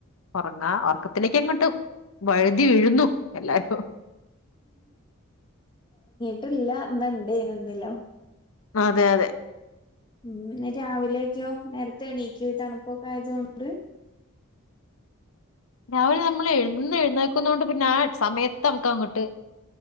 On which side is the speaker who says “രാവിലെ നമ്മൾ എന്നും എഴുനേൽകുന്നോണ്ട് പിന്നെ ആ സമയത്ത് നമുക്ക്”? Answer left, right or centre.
Left